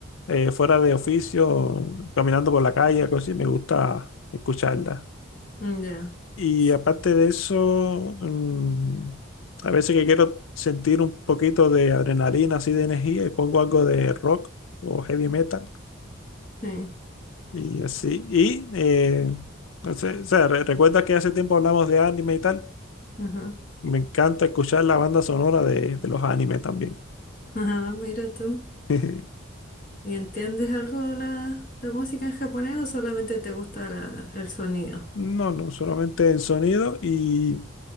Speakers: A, on the left; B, on the left.
A: eh, fuera de oficio, caminando por la calle, cosí, me gusta escucharla.
B: Ya.
A: Y
B: Sí.
A: aparte de eso, mm, a veces que quiero sentir un poquito de adrenalina, así de energía, y pongo algo de rock o heavy metal.
B: Sí,
A: Y así, y eh, no sé, o sea, re- recuerda que hace tiempo hablamos de anime y tal.
B: ajá.
A: Me encanta escuchar la banda sonora de, de los animes también.
B: Ajá, mira tú.
A: <laughs>
B: ¿Y entiendes algo de la, la música en japonés o solamente te gusta la- el sonido?
A: No, no, solamente el sonido y